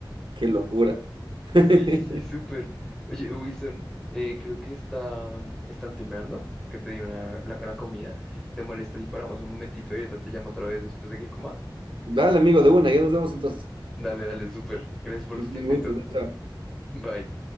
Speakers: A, on the right; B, in the centre.
A: qué locura. <laughs>
B: Sí, sí, sí, súper. Oye, Wilson, eh, creo que está, mm, están timbrando, que pedí una, la, la comida. ¿Te molesta si paramos un momentito y ahorita te llamo otra vez después de que coma?
A: Dale, amigo, de una, ya nos vemos entonces.
B: Dale, dale, súper. Gracias por
A: Es
B: tu
A: un
B: tiempito.
A: gusto, chao. chao.
B: <laughs> Bye.